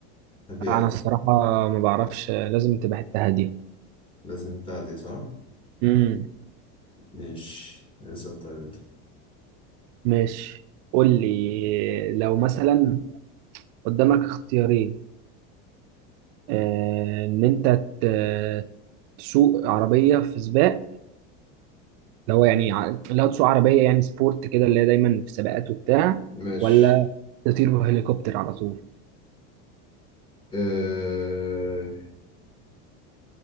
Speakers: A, on the left; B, on the right.
A: تحب ايه
B: انا
A: اكتر
B: الصراحة ما بعرفش لازم تبقى حتة هادية
A: لازم حته هاديه صح
B: امم
A: ماشي اسال طيب انت
B: ماشي قول لي لو مثلا قدامك اختيارين آه، ان انت ت- تسوق عربية في سباق اللي هو يعني ع- اللي هو تسوق عربية يعني سبورت كده اللي هي دايما في سباقات وبتاع
A: ماشي
B: ولا تطير بهليكوبتر على طول
A: أه...